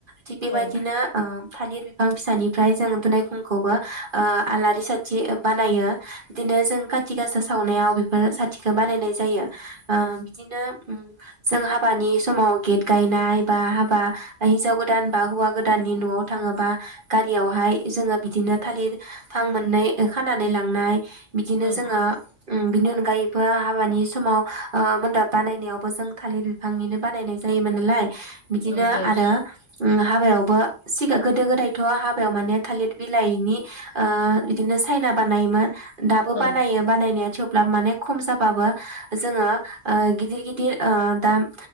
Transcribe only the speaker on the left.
ओं
ओं
औ जायो
ओं